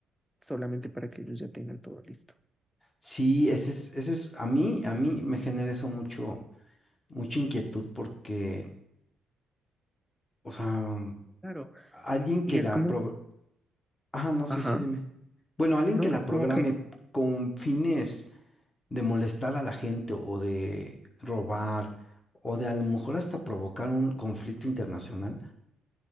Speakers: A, in the centre; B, on the left.
A: solamente para que ellos ya tengan todo listo.
B: sí, ese es, ese es, a mí, a mí me genera eso mucho, mucha inquietud porque, o sea,
A: Claro,
B: alguien
A: y
B: que
A: es
B: la
A: como,
B: pro... Ah, no, sí,
A: ajá,
B: sí, dime. Bueno, alguien
A: no,
B: que la
A: es
B: programe
A: como que
B: con fines de molestar a la gente o de robar o de a lo mejor hasta provocar un conflicto internacional,